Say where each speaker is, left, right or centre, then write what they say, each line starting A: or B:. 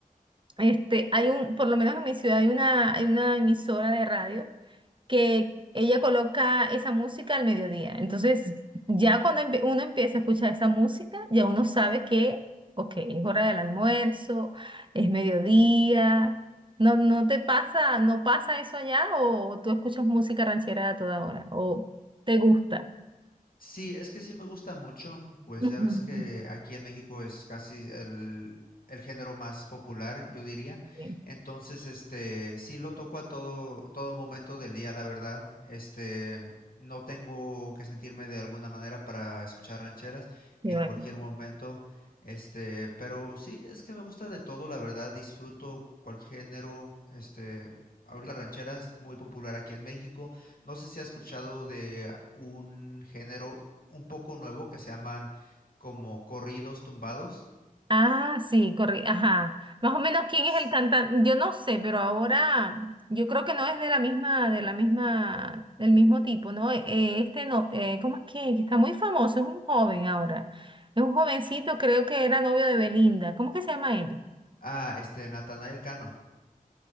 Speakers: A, on the right (about 35°); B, on the left (about 75°).
A: Este, hay un, por lo menos en mi ciudad hay una, hay una emisora de radio que ella coloca esa música al mediodía. Entonces, ya cuando empie- uno empieza a escuchar esa música, ya uno sabe que, ok, es hora del almuerzo, es mediodía. No, no te pasa, no pasa eso allá o tú escuchas música ranchera a toda hora o te gusta.
B: Sí, es que sí me gusta mucho, pues
A: <laughs> Ujú.
B: ya ves que aquí en México es casi el, el género más popular, yo diría.
A: Sí,
B: Entonces, este, sí lo toco a todo, todo momento del día, la verdad. Este, no tengo que sentirme de alguna manera para escuchar rancheras
A: sí,
B: en
A: bueno.
B: cualquier momento. Este, pero sí, es que me gusta de todo, la verdad. Disfruto cualquier género. Este, ahorita la ranchera es muy popular aquí en México. No sé si has escuchado de un género un poco nuevo que se llaman como corridos tumbados.
A: Ah, sí, correcto. Ajá. Más o menos quién
B: Es-
A: es el cantante. Yo no sé, pero ahora yo creo que no es de la misma, de la misma, del mismo tipo, ¿no? Eh, eh, este no, eh, ¿cómo es que? que Está muy famoso, es un joven ahora. Es un jovencito, creo que era novio de Belinda. ¿Cómo que se llama él?
B: Ah, este, Natanael Cano.